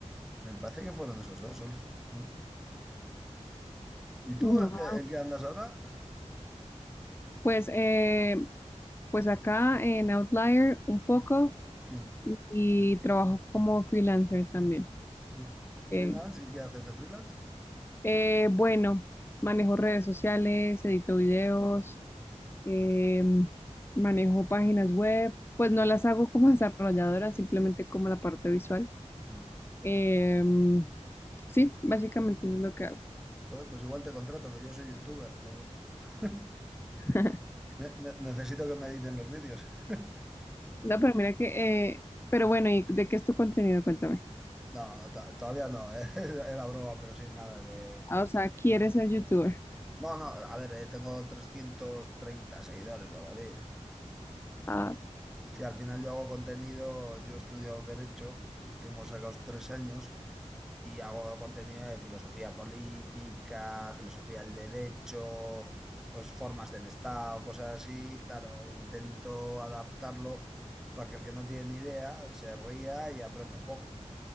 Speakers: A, in the centre; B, on the left.
A: Me parece que fueron esos dos solo. <laughs> ¿Y tú
B: Ujú.
A: en qué, en qué andas ahora?
B: Pues, eh, pues acá en Outlier un poco
A: <laughs>
B: y trabajo como freelancer también.
A: Sí. ¿Freelance?
B: Eh,
A: ¿Y qué haces de freelance?
B: eh, bueno, manejo redes sociales, edito videos
A: Mm, mm,
B: em, manejo páginas web, pues no las hago como <laughs> desarrolladora, simplemente como la parte visual.
A: mm.
B: Em, sí, básicamente eso es lo que hago.
A: Joder, pues igual te contrato, que yo soy youtuber, joder. <laughs>
B: <laughs>
A: Ne- ne- necesito que me editen los vídeos. <laughs>
B: No, pero mira que, eh, pero bueno, ¿y de qué es tu contenido? Cuéntame.
A: No, to- todavía no, <laughs> Era broma, pero sí, nada de...
B: Ah, o sea, ¿quieres ser youtuber?
A: No, no, a ver, eh, tengo 330 seguidores o algo así.
B: Ah,
A: Sí. Sí, al final yo hago contenido, yo he estudiado Derecho, tengo sacados tres años y hago contenido de filosofía política, filosofía del derecho, pues formas del Estado, cosas así. Claro, intento adaptarlo para que el que no tiene ni idea se ría y aprenda un poco.